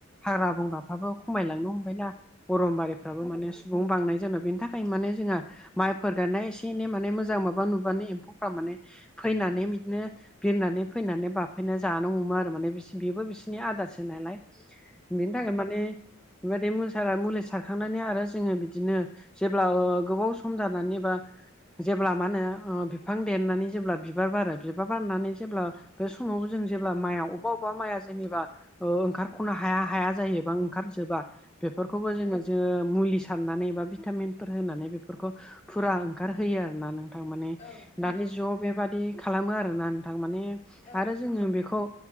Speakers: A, in the centre; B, on the left.
A: हाग्रा बंग्राफ्राबो खमायलांनो हमबायना अरमबारिफ्राबो माने सुबुं बांनाय जान बेनि थाखाय माने जोंहा माइफोर गाननाया एसे एनै माने मोजां माबा नुबानो एम्फौफ्रा माने फैनानै बिदिनो बिरनानै फैनानै बाबफैनानै जानो हमो आरो माने बिसनि बेबो बिसिोरनि आदारसो नालाय बेनि थाखाय माने बेबाददि मस मुलि सारखांनानै आरो जोङो बिदिनो जेब्ला गोबाव सम जानानै बा जेब्ला मा होनो बिफां देरनानै जेब्ला बिबार बारो बिबार बारनानै जेब्ला बे समाव जों जेब्ला माइया अबेबा अबेबा माइया जेनेबा ओंखारख'नो हाया हाया जायोबा ओंखार जोबा बेफोरखौबो जोङो जोङ मुलि सारनानै एबा भिटामिनफोर होनानै बेफोरखौ फुरा ओंखारहोयो आर नों थां माने
B: औ
A: दानि
B: औ
A: ज' बेबादि खालामो आरोना थां माने
B: औ
A: आरो जोङो बेखौ